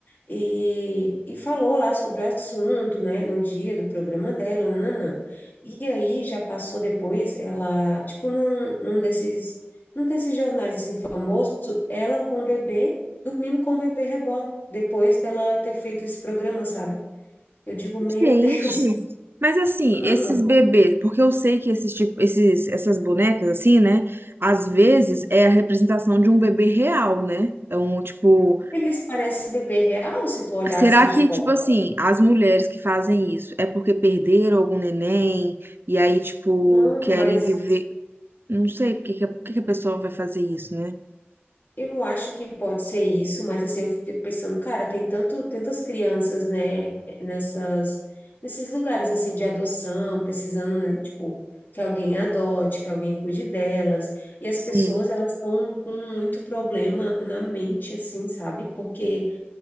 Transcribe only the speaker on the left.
e, e falou lá sobre o assunto, né, no dia do programa dela, nananã. E aí já passou depois, ela, tipo, num, num desses, num desses jornais, assim, famoso, ela com o bebê, dormindo com o bebê reborn, depois dela ter feito esse programa, sabe? Eu digo, meu
Deus.
<laughs> Aham.
Uhum.
Eles parecem bebê real, se tu olhar
assim de
costas.
Não,
mas
eu acho que pode ser isso, mas assim, eu fico pensando, cara, tem tanto, tantas crianças, né, nessas, nesses lugares, assim, de adoção, precisando, né, tipo, que alguém adote, que alguém cuide delas, e as
pessoas, elas estão com muito problema na mente, assim, sabe? Porque,